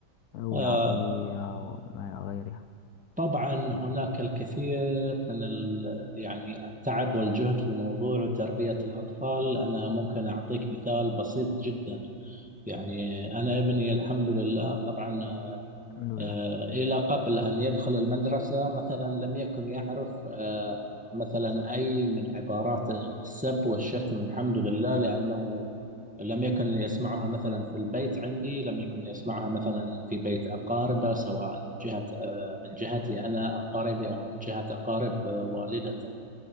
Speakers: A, on the left; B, in the centre.
A: والعصبية
B: آه،
A: وما إلى غيرها
B: طبعا هناك الكثير من ال يعني التعب والجهد في موضوع تربية الأطفال أنا ممكن أعطيك مثال بسيط جدا يعني أنا ابني الحمد لله طبعا
A: الحمد لله
B: آه، إلى قبل أن يدخل المدرسة مثلا لم يكن يعرف آه، مثلا أي من عبارات السب والشتم الحمد لله لأنه لم يكن يسمعها مثلا في البيت عندي لم يكن يسمعها مثلا في بيت أقاربه سواء من جهة آه، من جهتي أنا أقاربي أو من جهة أقارب آه، والدته